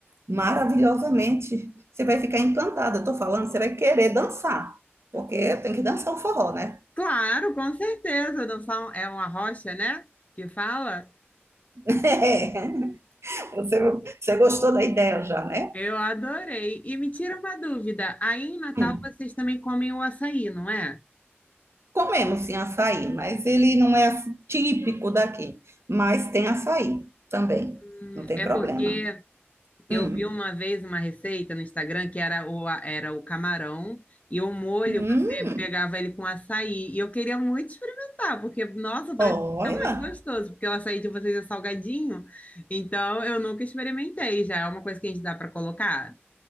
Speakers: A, on the right; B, on the left.
A: maravilhosamente. Você vai ficar encantada. Eu tô falando, você vai querer dançar, porque tem que dançar o forró, né?
B: Claro, com certeza. Dançar um- é uma rocha, né? Que fala.
A: <laughs> É. Você, você gostou da ideia já, né?
B: Eu adorei. E me tira uma dúvida, aí em Natal
A: Hum.
B: vocês também comem o açaí, não é?
A: Comemos sim açaí, mas ele não é assim, típico daqui. Mas tem açaí também,
B: Hum,
A: não tem
B: é
A: problema.
B: porque eu
A: Hum.
B: vi uma vez uma receita no Instagram que era o, a- era o camarão e o molho,
A: Hum,
B: você pegava ele com açaí. E eu queria muito experimentar, porque, nossa, parece
A: olha.
B: que fica muito gostoso, porque o açaí de vocês é salgadinho. Então, eu nunca experimentei, já é uma coisa que a gente dá para colocar.